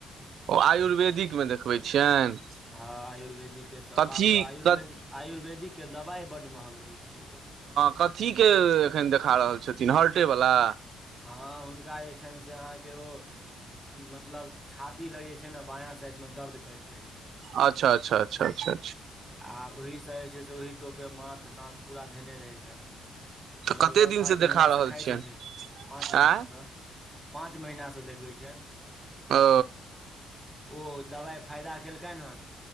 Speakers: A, on the right; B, in the centre.
A: ओ आयुर्वेदिक मे देखबै छियनि
B: हँ आयुर्वेदिके सबो
A: कथी
B: आयुर्वेदिक
A: कथ
B: आयुर्वेदिकके दवाइ बड़ महग रहै छै यगो
A: कथी के एखन देखा रहल छथिन हर्टे वला?
B: हँ हुनका जे छनि से अहाँकेँ ओ मतलब छाती लग जे छै ने बायाँ साइड मे दर्द करैत रहै छै।
A: अच्छा अच्छा अच्छा
B: आ ओहीसँ जे छै से ओहि टोपे माथ ताथ पूरा धेने रहैत छनि। त
A: तऽ
B: लगभग
A: कते दिन
B: पाँच
A: से देखा
B: महिनासँ
A: रहल
B: खाय
A: छियनि
B: छथिन। पाँच
A: आँय
B: महीना से पाँच महीना से देखबई छन।
A: ओ
B: ओ दबाइ फायदा केलकनि हैं